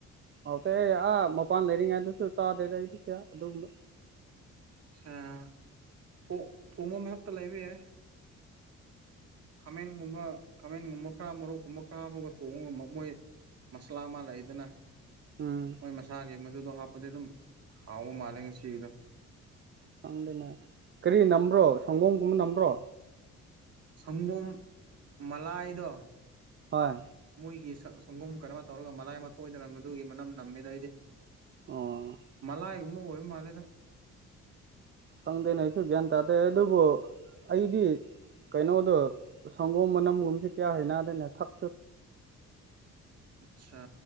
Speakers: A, on the right (about 40°); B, on the right (about 55°).
A: ꯍꯥꯎꯇꯦ ꯑꯥ ꯃꯄꯥꯟ ꯂꯩꯔꯤꯉꯩꯗꯁꯨ ꯆꯥꯗꯦꯗ ꯑꯩꯗꯤ ꯀꯌꯥ ꯑꯗꯨꯒꯨꯝꯕ
B: ꯑꯝ ꯊꯣꯛ ꯊꯣꯡꯉꯝꯃꯦ ꯃꯛꯇ ꯂꯩꯕ ꯌꯥꯏ ꯈꯥꯃꯦꯟꯒꯨꯝꯕ ꯈꯥꯃꯦꯟꯒꯨꯝꯕ ꯈꯔ ꯃꯣꯔꯣꯛꯀꯨꯝꯕ ꯈꯔ ꯑꯃꯒ ꯊꯣꯡꯉꯒ ꯃ ꯃꯣꯏ ꯃꯁꯂꯥ ꯑꯃ ꯂꯩꯗꯅꯥ
A: ꯎꯝ
B: ꯃꯣꯏ ꯃꯁꯥꯒꯤ ꯃꯗꯨꯗꯣ ꯍꯥꯞꯄꯗꯤ ꯑꯗꯨꯝ ꯍꯥꯎꯕ ꯃꯥꯜꯂꯦ ꯉꯁꯤꯒꯤꯗꯣ
A: ꯈꯪꯗꯦꯅꯦ ꯀꯔꯤ ꯅꯝꯕ꯭ꯔꯣ ꯁꯪꯒꯣꯝꯒꯨꯝꯕ ꯅꯝꯕ꯭ꯔꯣ
B: ꯁꯪꯒꯣꯝ ꯃꯂꯥꯏꯗꯣ
A: ꯍꯣꯏ
B: ꯃꯣꯏꯒꯤ ꯁꯪꯒꯣꯝ ꯀꯩꯅꯣꯃ ꯇꯧꯔꯒ ꯃꯂꯥꯏ ꯑꯃ ꯊꯣꯛꯢꯗꯅ ꯃꯗꯨꯒꯤ ꯃꯅꯝ ꯅꯝꯃꯤꯗ ꯑꯩꯗꯤ
A: ꯑꯣ
B: ꯃꯂꯥꯏ ꯒꯨꯝꯕ ꯑꯣꯏ ꯃꯥꯂꯦꯗ
A: ꯈꯪꯗꯦꯅꯦ ꯑꯩꯁꯨ ꯒ꯭ꯌꯥꯟ ꯇꯥꯗꯦ ꯑꯗꯨꯕꯨ ꯑꯩꯗꯤ ꯀꯩꯅꯣꯗꯣ ꯁꯪꯒꯣꯝ ꯃꯅꯝꯒꯨꯝꯁꯤ ꯀꯌꯥ ꯍꯩꯅꯗꯦꯅꯦ ꯊꯛ
B: ꯑꯠꯁꯥ